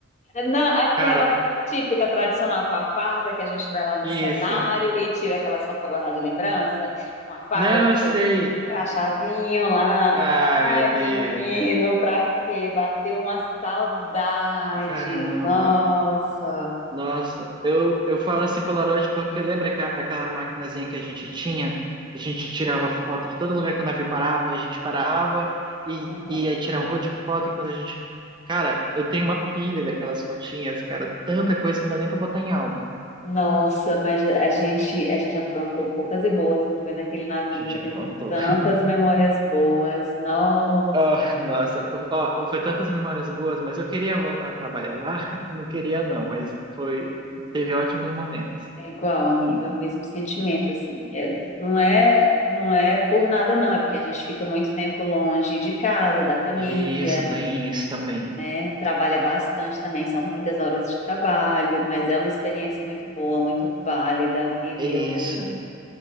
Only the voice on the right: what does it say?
Cara,
Isso.
Não,
eu
sei.
Ah,
meu Deus.
Caramba.
Nossa, eu, eu falo assim Polaroid porque lembra aqua- aquela maquinazinha que a gente tinha? A gente tirava foto de todo lugar que o navio parava, a gente parava e,
e ia tirar um rolo de foto e quando a gente... Cara, eu tenho uma pilha daquelas fotinhas, cara. Tanta coisa que não dá nem pra botar em álbum.
A gente
aprontou.
Ah, nossa, ó, foi tantas memórias boas, mas eu queria voltar a trabalhar lá. <laughs> Eu não queria não, mas foi, teve ótimos momentos.
Isso, tem isso também.
Isso,